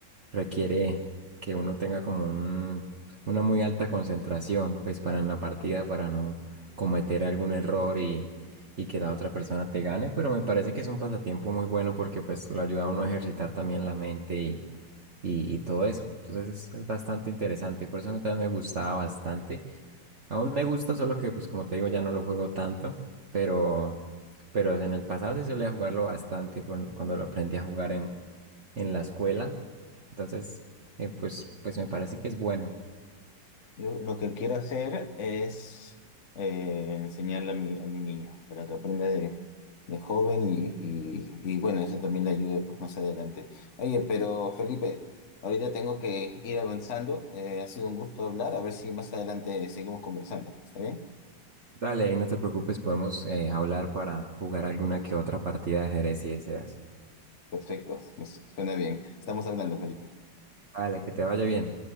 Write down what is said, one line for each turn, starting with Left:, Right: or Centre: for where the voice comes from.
Right: requiere que uno tenga como un- una muy alta concentración, pues para en la partida, para no cometer algún error y, y que la otra persona te gane. Pero me parece que es un pasatiempo muy bueno porque pues lo ayuda a uno a ejercitar también la mente y, y, y todo eso. Entonces es, es bastante interesante. Por eso a mí también me gustaba bastante. Aún me gusta, solo que pues como te digo ya no lo juego tanto, pero pero en el pasado sí solía jugarlo bastante cuando, cuando lo aprendí a jugar en, en la escuela. Entonces, eh, pues, pues me parece que es bueno.
Left: Yo lo que quiero hacer es eh, enseñarle a mi, a mi niño para que aprenda de, de joven y, y, y bueno, eso también le ayude pues más adelante. Oye, pero Felipe, ahorita tengo que ir avanzando. Eh, ha sido un gusto hablar. A ver si más adelante seguimos conversando. ¿Está bien?
Right: Dale, ahí no te preocupes, podemos eh, hablar para jugar alguna que otra partida de ajedrez si deseas.
Left: Perfecto, me su- suena bien. Estamos hablando, Felipe.
Right: Dale, que te vaya bien.